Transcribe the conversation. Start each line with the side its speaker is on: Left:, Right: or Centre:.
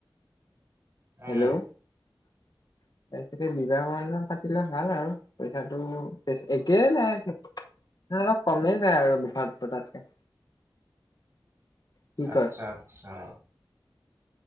Right: উম
Left: হেল্ল, ' তাৰ পিছতে বিবাহ ভৱনতে পাতিলে ভাল আৰু। পইচাটো একে নাইছে। অলপ কমেই যায় আৰু ঘত পতাতকে কি
Right: আচ্ছা
Left: কয়
Right: আচ্ছা